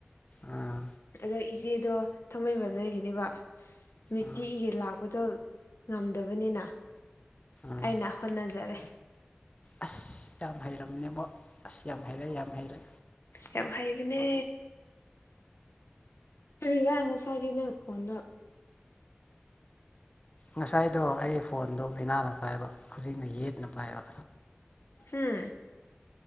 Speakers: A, on the left; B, on the left.
A: ꯑꯥ
B: ꯑꯗꯣ ꯏꯆꯦꯗꯣ ꯊꯥꯡꯃꯩꯕꯟꯗ ꯂꯩꯒꯤꯅꯦꯕ ꯅꯨꯇꯤꯒꯤ
A: ꯑꯥ
B: ꯂꯥꯛꯄꯗꯣ ꯉꯝꯗꯕꯅꯤꯅ
A: ꯑꯥ
B: ꯑꯩꯅ ꯍꯣꯠꯅꯖꯔꯦ
A: ꯑꯁ ꯌꯥꯝ ꯍꯩꯔꯝꯅꯦꯕꯣ ꯑꯁ ꯌꯥꯝ ꯍꯩꯔꯦ ꯌꯥꯝ ꯍꯩꯔꯦ
B: ꯌꯥꯝ ꯍꯩꯕꯅꯦ ꯀꯔꯤꯌꯥꯏ ꯉꯁꯥꯢꯗꯩ ꯅꯪ ꯈꯣꯟꯗꯣ
A: ꯉꯁꯥꯏꯗꯣ ꯑꯩꯒꯤ ꯐꯣꯟꯗꯣ ꯑꯣꯢꯅꯥꯅ ꯄꯥꯏꯕ ꯍꯧꯖꯤꯛꯅ ꯌꯦꯠꯅ ꯄꯥꯏꯕ
B: ꯍꯨꯝ